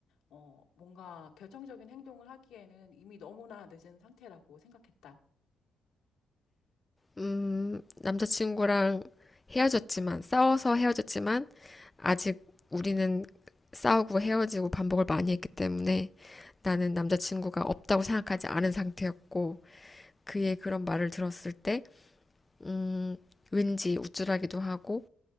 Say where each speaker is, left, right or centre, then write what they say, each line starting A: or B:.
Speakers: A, on the left (about 80°); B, on the left (about 15°).
A: 어, 뭔가 결정적인 행동을 하기에는 이미 너무나 늦은 상태라고 생각했다.
B: 음, 남자친구랑 헤어졌지만 싸워서 헤어졌지만 아직 우리는 싸우고 헤어지고 반복을 많이 했기 때문에 나는 남자친구가 없다고 생각하지 않은 상태였고 그의 그런 말을 들었을 때 음, 왠지 우쭐하기도 하고